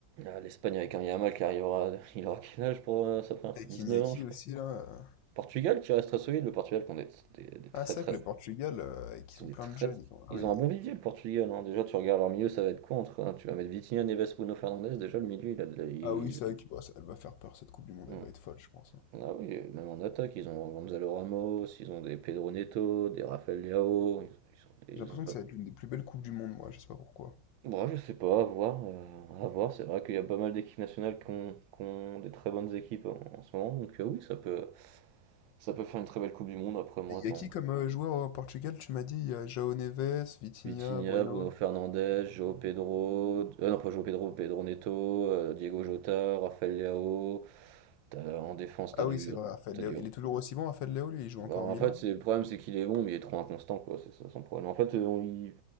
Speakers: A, on the right (about 85°); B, on the left (about 80°).
A: Ah, L'Espagne avec un Yamal qui arrivera, <laughs> il aura quel âge pour euh, sa première
B: Avec
A: coupe 19
B: Iñaki
A: ans, je
B: aussi,
A: crois.
B: là. euh.
A: Portugal qui reste très solide, le Portugal qui ont des, des, des très
B: Ah, c'est
A: très
B: vrai que le Portugal, euh, ils
A: Ils ont
B: ont
A: des
B: plein
A: très
B: de jeunes. Ils ont... Ah
A: ils
B: oui,
A: ont un bon vivier, le Portugal. hein. Déjà, tu regardes leur milieu, ça va être quoi entre. hein, tu vas mettre Vitinha, Neves, Bruno Fernandes. Déjà, le milieu, il a de la. il-
B: ah, oui c'est vrai que, bah, ça- elle va faire peur cette Coupe du Monde,
A: Hmm.
B: elle va être folle, je pense. hein.
A: Ah oui, et même en attaque, ils ont Gonzalo Ramos, ils ont des Pedro Neto, des Rafael Leao. Ils, ont, ils ont
B: J'ai l'impression
A: des- ils ont pas.
B: que ça va être l'une des plus belles Coupes du Monde, moi, je sais pas pourquoi.
A: Bon, je sais pas, à voir. euh, à voir. C'est vrai qu'il y a pas mal d'équipes nationales qui ont, qui ont des très bonnes équipes en, en ce moment. Donc, euh, oui, ça peut, ça peut faire une très belle Coupe du Monde. Après, moi,
B: Et Il
A: tant,
B: y a qui comme euh, joueur au Portugal? Tu m'as dit, il y a João Neves, Vitinha,
A: Vitinha,
B: Bruno.
A: Bruno Fernandes, João Pedro, euh, non pas João Pedro, Pedro Neto, euh, Diego Jota, Rafael Leao. T'as- en défense, t'as
B: Ah
A: du,
B: oui, c'est vrai, Raphaël
A: t'as
B: Léo.
A: du.
B: Il est toujours aussi bon, Raphaël Léo, lui, il joue
A: Bah,
B: encore
A: en
B: au Milan,
A: fait, c'est
B: là.
A: le problème, c'est qu'il est bon, mais il est trop inconstant, quoi. C'est ça son problème. En fait, euh, on- il,